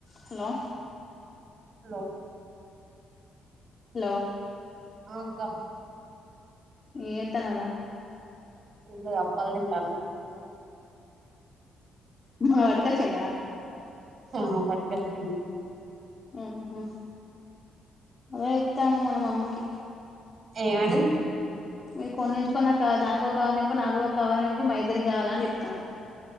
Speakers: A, on the left; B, on the right.
A: Hello
B: hello
A: hello
B: ఆ అక్క
A: ఏం చేత్తన్నావ్ రా
B: ఏం లేదు అప్పలు తింటన్న
A: మొన్న వాట్ కచిండ
B: ఆ పట్టుకొచ్చిండు
A: ఆహ అదే చెప్తండు మొన్న మమ్మికి
B: ఏమని
A: మీరు కొన్ని ఉంచుకొనక దానికి ఒక కవరు నింపు నాకు కూడా ఒక కవర్ నింపు మా ఇద్దరికీ కావాలని చెప్తాన్